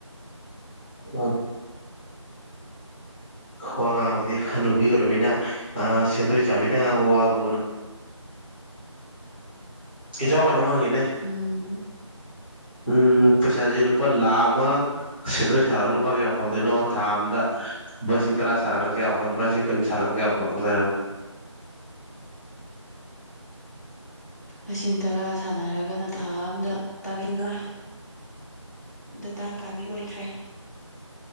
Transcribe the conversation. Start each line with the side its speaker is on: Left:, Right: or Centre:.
Right: ꯎꯝ ꯋꯥ ꯉꯥꯡꯕꯗꯤ ꯍꯅꯨꯕꯤ ꯑꯣꯏꯔꯕꯅꯤꯅ ꯁꯦꯟꯗꯣꯏ ꯆꯥꯕꯤꯅ ꯉꯥꯡꯕ ꯋꯥꯕꯨꯅ ꯏꯆꯥꯎ ꯀꯩꯅꯣꯝ ꯍꯪꯉꯤꯅꯦ
Left: ꯎꯝ
Right: ꯎꯝ ꯄꯩꯁꯥꯁꯦ ꯂꯨꯄꯥ ꯂꯥꯈ ꯑꯃ ꯁꯦꯟꯗꯣꯏ ꯁꯥꯔꯒ ꯂꯨꯄꯥ ꯀꯌꯥ ꯐꯪꯗꯣꯏꯅꯣ ꯊꯥ ꯑ ꯑꯃꯗ ꯂꯨꯄꯥ ꯁꯁꯤꯡ ꯇꯔꯥ ꯁꯠꯂꯒ꯭ꯔꯒ <unintelligible>
Left: ꯂꯤꯁꯤꯡ ꯇꯔꯥ ꯁꯥꯟꯅꯔꯒꯅ ꯊꯥ ꯑꯃꯝꯗ ꯄꯔꯦꯡ ꯃꯥ ꯗꯥꯇꯥ ꯀꯥꯕꯤ ꯑꯣꯏꯈ꯭ꯔꯦ